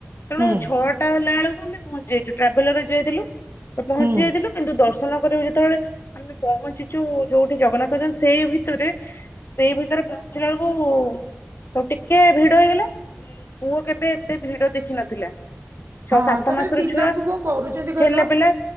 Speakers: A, on the left; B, on the right.
A: ତେଣୁ
B: ହୁଁ
A: ଛଅ ଟା ହେଲା ବେଳକୁ ଆମେ ପହଞ୍ଚି ଯାଇଛୁ। ଟ୍ରାଭେଲରରେ ଯାଇଥିଲୁ ତ ପହଞ୍ଚି
B: ହୁଁ
A: ଯାଇଥିଲୁ। କିନ୍ତୁ ଦର୍ଶନ କରିବାକୁ ଯେତେବେଳେ ଆମେ ପହଞ୍ଚିଚୁ, ଯୋଉଠି ଜଗନ୍ନାଥ ଅଛନ୍ତି ସେଇ ଭିତିରେ ସେଇ ଭିତରେ ପହଞ୍ଚିଲା ବେଳକୁ ସୋ ଟିକେ ଭିଡ ହେଇଗଲା। ପୁଅ କେବେ ଏତେ ଭିଡ ଦେଖିନଥିଲା। ଛଅ
B: ହଁ
A: ସାତ
B: ତାପରେ
A: ମାସର
B: ପିଲାଙ୍କୁ
A: ଛୁଆ
B: କଣ କରୁଛନ୍ତି କହିଲ,
A: ଠେଲା ପେଲା